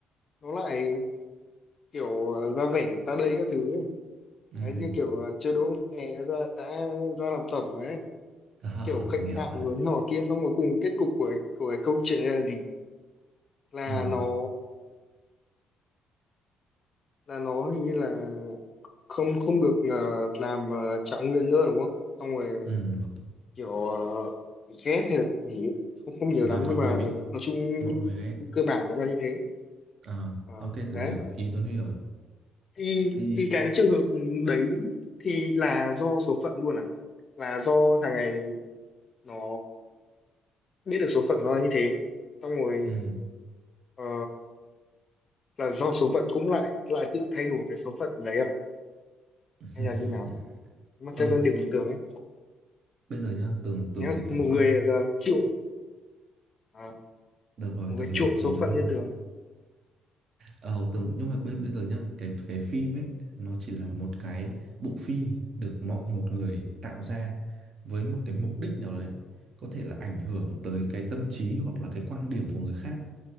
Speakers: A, on the left; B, on the right.
A: nó lại kiểu ờ, ra vẻ ta đây các thứ ấy.
B: ừ
A: Đấy, như kiểu ờ, chưa đỗ nghề đã, ra- đã ra làm tổng rồi ấy
B: à,
A: Nó kiểu khệnh
B: từng hiểu
A: khạo
B: rồi
A: rồi thế nọ kia xong rồi cùng kết cục của của cái câu chuyện này là gì là
B: ừ
A: nó là nó hình như là không không được ờ, làm ờ, trạng nguyên nữa đúng không xong rồi
B: ừ
A: kiểu ờ, bị ghét hay là gì ấy. không không nhiều
B: và
A: lắm
B: mọi
A: nhưng mà
B: người bị
A: nói chung
B: mọi người ghét
A: cơ bản nó là như thế
B: ờ
A: Ờ,
B: ok từng
A: đấy
B: hiểu ý Tuấn Huy rồi
A: thì
B: thì
A: thì cái trường hợp đấy thì là do số phận luôn à là do thằng này nó biết được số phận nó là như thế xong rồi
B: ừ
A: ờ, là do số phận cũng lại lại tự thay đổi cái số phận đấy à
B: <laughs>
A: hay là như nào mà
B: ờ
A: chơi con điểm của Tường ấy
B: bây giờ nhá tưởng
A: nếu
B: tưởng thì
A: một
B: tưởng không
A: người ờ, chịu ờ,
B: được rồi
A: một
B: tưởng
A: cái
B: hiểu
A: chuộng số
B: ý Tuấn
A: phận
B: Huy
A: như
B: rồi
A: Tường
B: ờ tưởng nhưng mà bây, bây giờ nhá cái cái phim ấy nó chỉ là một cái bộ phim được mọi một người tạo ra với một cái mục đích nào đấy có thể là ảnh hưởng tới cái tâm trí hoặc là cái quan điểm của người khác